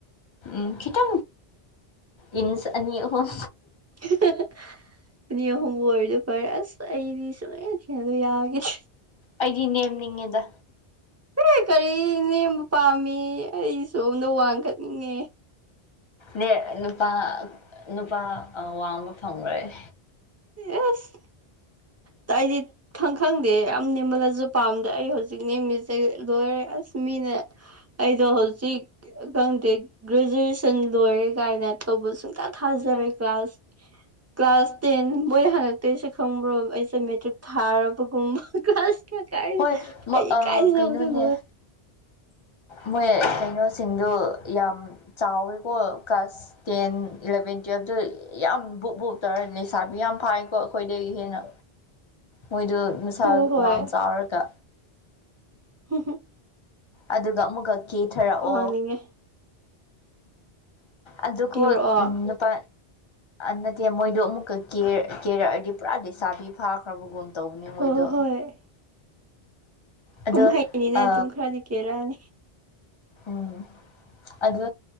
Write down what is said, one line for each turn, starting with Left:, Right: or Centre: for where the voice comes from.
Left: ꯎꯝ ꯀꯈꯤꯇ ꯏꯟꯁ ꯑꯅꯤ ꯑꯍꯨꯝ
Right: ꯍꯍ ꯑꯅꯤ ꯑꯍꯨꯝꯕꯨ ꯑꯣꯏꯔꯗꯤ ꯐꯔꯦ ꯑꯁ ꯑꯩꯗꯤ ꯁꯨꯡꯅ ꯊꯦꯡꯂ ꯌꯥꯒꯦ
Left: ꯑꯩꯒꯤ ꯅꯦꯝꯅꯤꯡꯉꯦꯗ
Right: ꯀ ꯀꯔꯤ ꯅꯦꯝꯕ ꯄꯥꯝꯃꯤ ꯑꯩ ꯁꯣꯝꯗ ꯋꯥꯡꯈꯠꯅꯤꯡꯉꯦ
Left: ꯅꯦ ꯅꯨꯄꯥ ꯅꯨꯄꯥ ꯋꯥꯡꯕ ꯐꯪꯪꯂꯣꯏ
Right: ꯑꯦꯁ ꯇꯥꯏꯗꯤ ꯈꯪ ꯈꯪꯗꯦ ꯌꯥꯝ ꯅꯦꯝꯃꯜꯂꯁꯨ ꯄꯥꯝꯗ ꯑꯩ ꯍꯧꯖꯤꯛ ꯅꯦꯝꯃꯤꯁꯦ ꯂꯣꯏꯔꯦ ꯑꯁ ꯃꯤꯅ ꯑꯩꯗꯣ ꯍꯧꯣꯜꯁꯤ ꯈꯪꯗꯦ ꯒ꯭ꯔꯦꯖꯨꯑꯦꯁꯟ ꯂꯣꯏꯔꯦ ꯀꯥꯏꯅ ꯇꯧꯕ ꯁꯨꯡꯇ ꯊꯥꯖꯔꯦ ꯀ꯭ꯂꯥꯁ <unintelligible> ꯀ꯭ꯂꯥꯁ ꯇꯦꯟ ꯃꯕꯣꯏ ꯍꯟꯗꯛꯇꯇꯩꯁꯨ ꯈꯪꯕ꯭ꯔꯣ ꯑꯩꯁꯦ ꯃꯦꯇ꯭ꯔꯤꯛ ꯊꯥꯔꯕꯒꯨꯝꯕ ꯀ꯭ꯂꯥꯁ ꯀꯥꯏ
Left: ꯍꯣꯏ ꯃ-
Right: ꯑꯩ
Left: ꯑ,
Right: ꯀꯥꯏ ꯅꯃꯗ
Left: ꯀꯩꯅꯣꯅꯦ
Right: <unintelligible>
Left: ꯃꯣꯏ ꯀꯩꯅꯣꯁꯤꯡꯗꯣ ꯌꯥꯝ ꯆꯥꯎꯋꯦꯀꯣ ꯀ꯭ꯂꯥꯁ ꯇꯦꯟ ꯏꯂꯚꯦꯟ ꯇꯨꯌꯦꯜꯞꯇꯨ ꯌꯥꯝ ꯕꯨꯨꯞ ꯕꯨꯨꯞ ꯇꯧꯔꯦ ꯂꯩꯁꯥꯕꯤ ꯌꯥꯝ ꯐꯥꯏꯀꯣ ꯑꯩꯈꯣꯏꯗꯒꯤ ꯍꯦꯟꯅ ꯃꯣꯏꯗꯣ ꯅꯨꯡꯁꯥ
Right: ꯍꯣ ꯍꯣꯏ
Left: ꯋꯥꯡ ꯆꯥꯎꯔꯒ
Right: ꯍꯨ ꯍꯨ
Left: ꯑꯗꯨꯒ ꯑꯃꯨꯛꯀ ꯀꯦꯊꯔꯛꯑꯣ
Right: ꯋꯥꯡꯅꯤꯡꯉꯦ
Left: ꯑꯗꯨꯀꯣ
Right: ꯀꯦꯔꯛꯑꯣ
Left: ꯅꯨꯄꯥ ꯅꯠꯇꯦ ꯃꯣꯏꯗꯣ ꯑꯃꯨꯛꯀ ꯀꯦꯔꯛꯑꯗꯤ ꯄꯨꯔꯥ ꯂꯩꯗꯤꯁꯥꯕꯤ ꯐꯥ꯭ꯔ ꯐꯕꯒꯨꯝ ꯇꯧꯕꯅꯦ ꯃꯣꯏꯗꯣ
Right: ꯍꯣ ꯍꯣꯏ
Left: ꯑꯗꯣ
Right: ꯀꯨꯝꯍꯩꯅꯤꯅ
Left: ꯑ
Right: ꯑꯗꯨꯝ ꯈꯔꯗꯤ ꯀꯦꯔꯛꯑꯅꯤ
Left: ꯎꯝ ꯑꯗꯨ